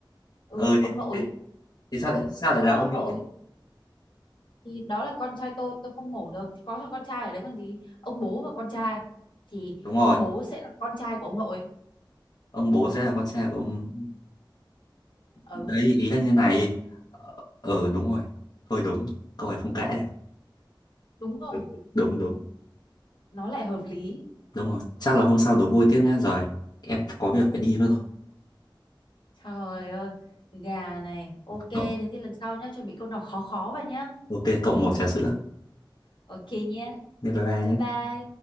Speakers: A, on the left; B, on the left.
A: ừ
B: ừ thì,
A: ông nội
B: thì, thì sao lại sao
A: thì
B: lại
A: đó
B: là
A: là
B: ông
A: ông
B: nội
A: nội thì đó là con trai tôi tôi không mổ được thì có thằng con trai ở đấy còn gì ông bố và con trai thì
B: đúng rồi
A: ông bố sẽ là con trai của ông nội
B: ông bố sẽ là con trai của ông
A: ừ
B: đấy ý là như này ờ ừ, đúng rồi thôi đúng câu này không cãi
A: đúng không
B: được đúng đúng đúng
A: nó lại hợp lý
B: đúng rồi chắc là hôm sau đố vui tiếp nhé rồi em có việc phải đi mất rồi
A: trời ơi gà này ok thế
B: Cậu-
A: thì lần sau nhá chuẩn bị câu nào khó khó vào nhá
B: ok cậu một trà sữa
A: ok nhé
B: Bye bye bye
A: bye
B: nhé
A: bye